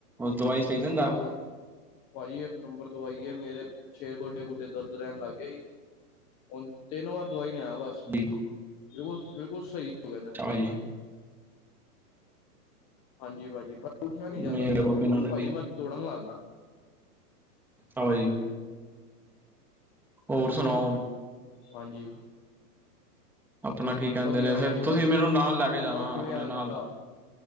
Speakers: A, in the centre; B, on the left (about 15°).
A: ਦਵਾਈ ਸਹੀ ਦਿੰਦਾ
B: ਹੋ ਗੱਲ ਭਾਜੀ ਇੱਕ ਨੰਬਰ ਦਵਾਈ ਏ ਮੇਰੇ ਸ਼ੇਰ ਗੋਡੇ ਗੁਡੇ ਦਰਦ ਰਹਿਣ ਲੱਗ ਗਏ ਸੀ ਹੁ ਤਿੰਨ ਵਾਰ ਦਵਾਈ ਨ ਆ ਬਸ
A: ਜੀ
B: ਬਿਲਕੁਲ ਬਿਲਕੁਲ ਸਹੀ ਹੋਿੰ
A: ਕੋ ਜੀ
B: ਹਾਂਜੀ ਭਾਜੀ ਉੱਠਆ ਨੀ ਜਾਂਦਾ
A: ਮੇਰੇ
B: ਸੀ ਮੇਰ
A: ਬਾਬੇ
B: ਤੋ ਹੁਣ
A: ਨਾਨਕ
B: ਭਾਜੀ
A: ਦੀ
B: ਮੇ ਤੋੜਨ ਲੱਗ ਗਿਆ
A: ਚਲੋ
B: ਹਾਂਜੀ
A: ਜੀ
B: ਭਾਜੀ।
A: ਹੋਰ ਸੁਣਾਓ।
B: ਹਾਂਜੀ
A: ਅਪਣਾ ਕਿ ਕਹਿੰਦੇ
B: ਵਧੀਆ
A: ਨੇ
B: ਹੋ
A: ਫੇਰ
B: ਜੀ ਬਸ
A: ਤੁਸੀਂ ਮੈਨੂੰ ਨਾਲ
B: ਤੁਸੀਂ
A: ਲੈਕੇ
B: ਸੁਣਾਓ
A: ਜਾਣਾ
B: ਕਿਵੇਂ
A: ਅਪਣੇ
B: ਯਾਦ
A: ਨਾਲ।
B: ਕੀਤਾ